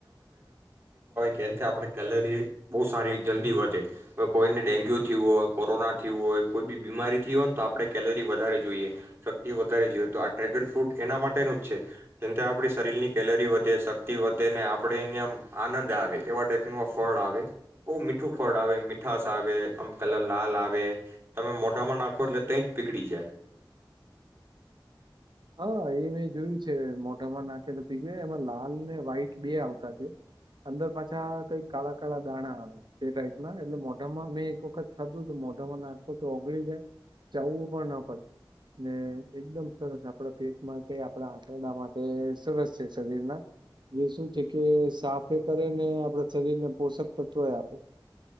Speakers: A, on the right; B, on the right.
A: જેમથી આપણે કેલરી બહુ સારી જલ્દી વધે હવે કોઈને ડેન્ગ્યુ થયું હોય, કોરોના થયું હોય, કોઈ બી બીમારી થયું હોય ને તો આપણે કેલરી વધારે જોઈએ, શક્તિ વધારે જોઈએ, તો આ ડ્રેગન ફ્રૂટ એના માટેનું જ છે જેમથી આપણી શરીરની કેલરી વધે શક થી વધે ને આપણે એને આમ આનંદ આવે એવા ટાઈપનું આ ફળ આવે બહુ મીઠું ફળ આવે મીઠાસ આવે આમ કલર લાલ આવે તમે મોઢામાં નાખો એટલે ત જ પીગળી જાય.
B: હા એ મેં જોયું છે મોઢામાં નાખે તો પી ગું એમાં લાલ ને વ્હાઈટ બે આવતા છે, અંદર પાછા કઈક કાળા કાળા દાણા આવે તે ટાઈપ ના એટલે મોઢામાં મેં એક વખત થતું મોઢામાં નાખું તો ઓગળી જાય ચાવવું પણ ન પડે ને એકદમ સરસ આપણા પેટ માટે આપણા આંતરડા માટે સરસ છે શરીરના એ શું છે કે સાફે કરેને આપણા શરીર ને પોષક તત્વ આપે.